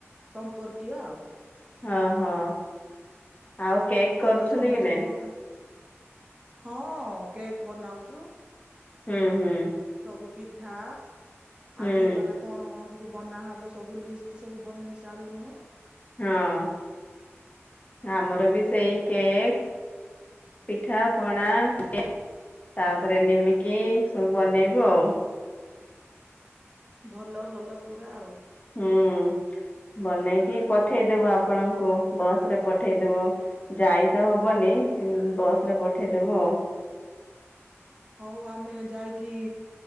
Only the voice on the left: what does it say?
ଅଁ ହଁ, ଆଉ? କେକ୍
କରୁଛନ୍ତି
କି ନାଇଁ?
ଉଁ ହୁଁ।
ହୁଁ
ହଁ, ଆମର ବି ସେଇ କେକ୍ ପିଠା, ପଣା କେ ତାପରେ ନିମିକି ସବୁ ବନେଇବୁ ଆଉ।
ହୁଁ, ବନେଇକି ପଠେଇଦବୁ ଆପଣଙ୍କୁ ବସ ରେ ପଠେଇଦବୁ। ଯାଇ ତ ହବନି କିନ୍ତୁ ବସ ରେ ପଠେଇଦବୁ ଆଉ।